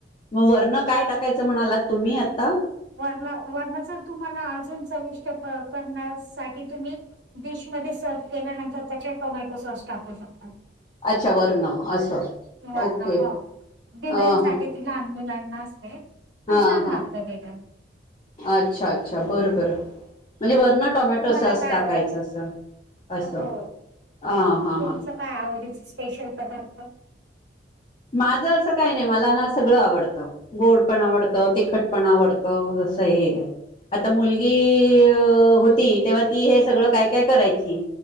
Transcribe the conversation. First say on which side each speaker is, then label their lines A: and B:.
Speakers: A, on the left (about 35°); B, on the right (about 70°).
A: मग वरण काय टाकायचं म्हणालात तुम्ही आत्ता?
B: वर्ण वर्ण जर तुम्हाला अजून चविष्ट करण्यासाठी, तुम्ही डिशमध्ये सर्व केल्यानंतर, त्याच्यात टोमॅटो सॉस टाकू शकता.
A: अच्छा, वर्ण असं.
B: किंवा
A: ओके
B: ह, डिझाईन
A: ह ह
B: साठी तिला अंदोलनना असते. पण
A: हा
B: छान
A: हा,
B: लागतं ते पण
A: अच्छा अच्छा, बर बरं, म्हणजे वर्ण टोमॅटो
B: तुम्हाला
A: सॉस
B: काय
A: टाकायचं,
B: आवडत?
A: असं, असं
B: हो
A: ह हां
B: तुमचं
A: हां.
B: काय आवडीचा स्पेशल पदार्थ.
A: माझ असं काही नाही, मला ना सगळं आवडतं. गोड पण आवडतं, तिखट पण आवडतं, जसं हे आता मुलगी अ होती, तेव्हा ती हे सगळं काय काय करायची.